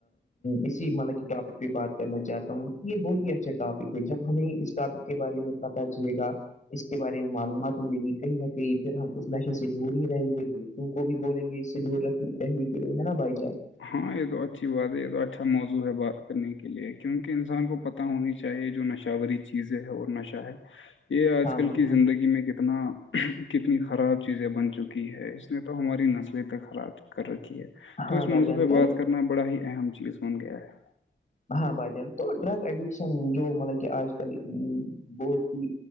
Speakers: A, on the left (about 40°); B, on the left (about 80°).
A: اسی مطلب ٹاپک بات کرنا چاہتا ہوں یہ بہت ہی اچھا ٹاپک ہے جب ہمیں اس ٹاپک کے بارے میں پتتا چلے گا اس اس کے بارے میں معلومات ملے گی کہیں نہ کہیں پھر ہم اس مشین سے دور ہی رہیں گے دوستوں کو بھی بولیں گے اس سے دور رکھنے رہنے کے لیے ہے نا بھائی جان
B: ہاں یہ تو اچھی بات ہے یہ تو اچھا موضوع ہے بات کرنے کے لیے کیونک انسان کو پتا ہونی چاہیے جو نشہوری چیزیں ہے اور نشہ ہے یہ آج
A: ہاں
B: کل
A: بھائی
B: کی
A: جان
B: زندگی میں کتنا کتنی خراب چیزیں بن چکی ہے اس نے تو ہماری نسل تک خراب کر رکھی ہے تو
A: ہاں
B: اس
A: بھائی
B: موضوع
A: جان
B: پہ
A: تو
B: بات کریں کرنا بڑا ہی اہم چیز بن گیا ہے
A: ہاں بھائی جان تو ڈرگ ایڈکشن جو مطلب کہ آج کل بہت ہی